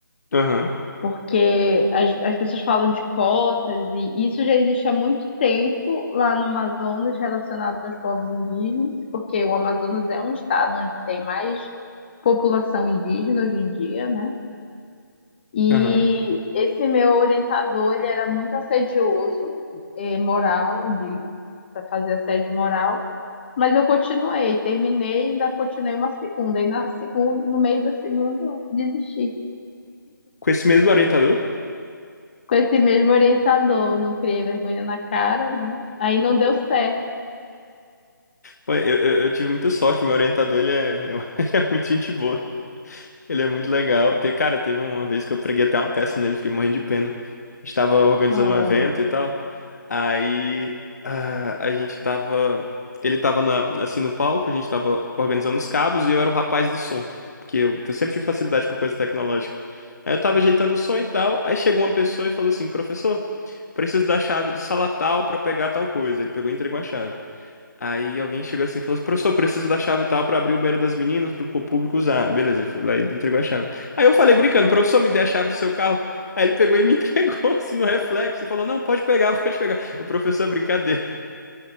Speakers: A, on the left; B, on the left.
A: Aham.
B: Porque as, as pessoas falam de cotas e isso já existe há muito tempo lá no Amazonas relacionado aos povos indígenas, porque o Amazonas é um estado onde tem mais população indígena hoje em dia, né? E
A: Aham.
B: esse meu orientador, ele era muito assedioso, eh, moral, de pra fazer assédio moral, mas eu continuei, terminei, ainda continuei uma segunda, e na segunda, no meio da segunda, eu desisti.
A: Com esse mesmo orientador?
B: Com esse mesmo orientador, não criei vergonha na cara, né? Aí não deu certo.
A: Pô, eu, eu, eu tive muita sorte. Meu orientador, ele é, <laughs> ele é muito gente boa. Ele é muito legal. Te- cara, teve uma vez que eu preguei até uma peça nele, fiquei morrendo de pena. Estava organizando
B: Oh,
A: um evento e tal. Aí ah, a gente tava. Ele tava na- assim no palco, a gente tava organizando os cabos e eu era o rapaz do som. Porque eu, te- sempre tive facilidade com coisa tecnológica. Aí eu tava ajeitando o som e tal. Aí chegou uma pessoa e falou assim: Professor, preciso da chave de sala tal pra pegar tal coisa. Ele pegou e entregou a chave. Aí alguém chegou assim e falou assim, professor, preciso da chave e tal pra abrir o banheiro das meninas pro pu- público usar. Beleza, ele foi lá e entregou a chave. Aí eu falei brincando, professor, me dê a chave do seu carro. Aí ele pegou e me <laughs> entregou assim no reflexo e falou, não, pode pegar, <laughs> pode pegar. O professor, brincadeira.